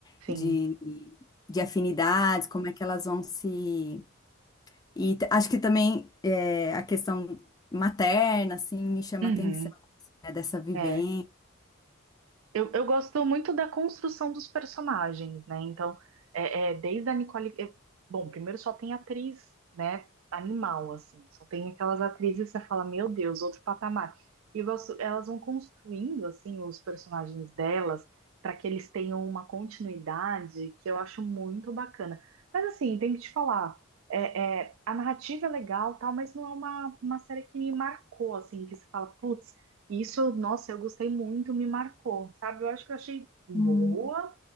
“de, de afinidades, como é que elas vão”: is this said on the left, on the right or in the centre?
Left